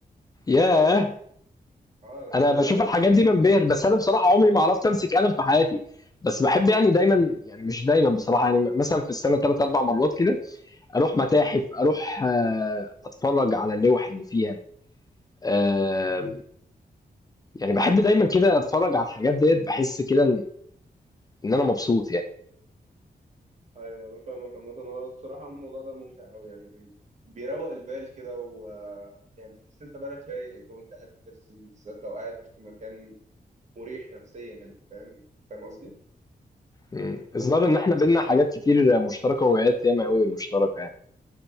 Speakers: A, on the left (about 25°); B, on the right (about 45°).
A: ياه
B: اه لان
A: انا
B: هو
A: بشوف
B: يعني
A: الحاجات دي بنبهر بس انا بصراحة عمري ما عرفت امسك قلم في حياتي بس بحب يعني دايما يعني مش دايما بصراحة يعني مثلا في السنة ثلاث اربع مرات كده اروح متاحف اروح آه، اتفرج على اللوح اللي فيها آه، يعني بحب دايما كده اتفرج على الحاجات ديت بحس كده ان إن انا مبسوط يعني
B: ايوه انا فاهمك مثلا هو بصراحه الموضوع ده ممتع قوي يعني بيروق البال كده و يعني بتحس انت بالك رايق وانت قاعد بترسم بالذات لو قاعد في مكان مريح نفسيا فاهم فاهم قصدي؟
A: مم. الظاهر
B: بس
A: ان احنا بينا حاجات كتير مشتركة وهوايات ياما قوي مشتركة يعني.